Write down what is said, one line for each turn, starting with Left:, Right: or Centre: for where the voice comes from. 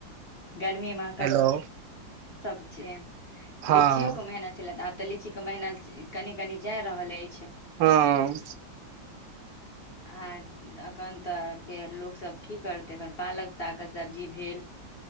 Left: गर्मी म क
Right: हेलो
Left: सब छै।
Right: हँ
Left: लीचियो को मेहना चल अ तऽ लीची के महिना कनि कनी जाय रहलए।
Right: हँ।
Left: आ एखन तऽ फेर लोकसभ की करतैखन पालक सागके सब्जी भेल,